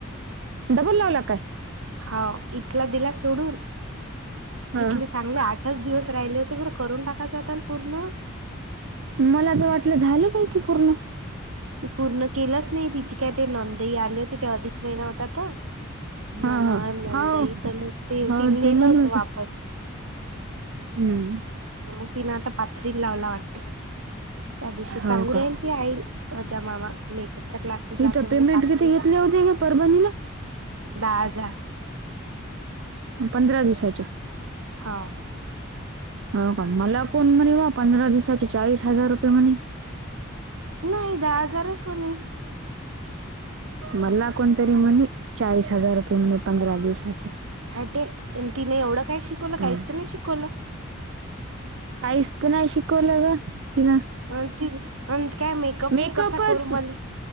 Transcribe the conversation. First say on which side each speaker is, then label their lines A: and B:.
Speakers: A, on the right (about 60°); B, on the right (about 80°).
A: डबल लावला काय?
B: हा इथला दिला सोडून.
A: हा.
B: इथलेच चांगले आठच दिवस राहिले होते, करून टाकायच होता पूर्ण.
A: मला तर वाटलं झालं काय की पूर्ण.
B: त पूर्ण केलंच नाही. तिची काय ते नणंद आली होती. ते अधिक महिना होतात.
A: हा
B: ना ना
A: हा.
B: नंदाई
A: हो
B: तर मग ते
A: हो
B: ति नेलं
A: ते म्हण
B: होत
A: होते.
B: वापस.
A: हम्म.
B: तर मग तिन आता पाथरीन लावयला वाटते. त्या दिवशी सांगू
A: हो
B: राहील.
A: का
B: ती आई माज्या मामा मेकअपच्या क्लासला
A: इथं
B: जाते म्ह
A: पेमेंट
B: पातळीला.
A: किती घेतले होते का परभणीला.
B: दहा हजार.
A: पंधरा दिवसाचे.
B: हां.
A: हो का. मला कोण म्हणे बा पंधरा दिवसाचे चाळीस हजार रुपये म्हणे.
B: नाही दहा हजारच होणे.
A: मला कोणतरी म्हणे. चाळीस हजार रुपये म्हणे पंधरा दिवसाचे.
B: हाटे. तिने एवढं काय शिकवलं काहीच
A: काय
B: नाही शिकवलं.
A: काहीच नाही शिकवलं ग तिला.
B: अ ती काय मेकअप
A: मेकअपच
B: कसा करून मले.